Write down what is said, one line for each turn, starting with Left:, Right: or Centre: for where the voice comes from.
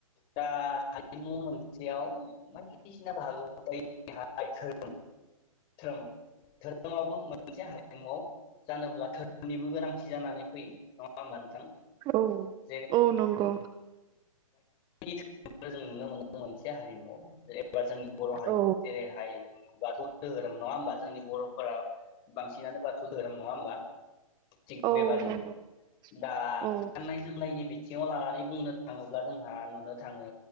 Left: दा हारिमु मोनसेयाव बायदिसिना बाहागोफोर थायो धोरोम धोरोमावबो मोनसे हारिमुआव जानोब्ला धोरोमनिबो गोनांथि जानानै फैयो नङा होमबा नोंथां?
Right: औ
Left: जेरै
Right: औ नंगौ
Left: <unintelligible> जों नुनो मोनो। मोनसे हारिमु जेनेबा जोंनि बर' हारिमु
Right: औ
Left: जेरैहाय बाथौ धोहोरोम नङा होमबा जोंनि बर'फोरा बांसिनानो बाथौ धोरोम नङा होमबा थिग
Right: औ
Left: बेबादि
Right: नंगौ
Left: दा
Right: औ
Left: गाननाय जोमनायनि बि थिङाव लानानै बुंनो थाङोब्ला जोंहा नुनो थाङो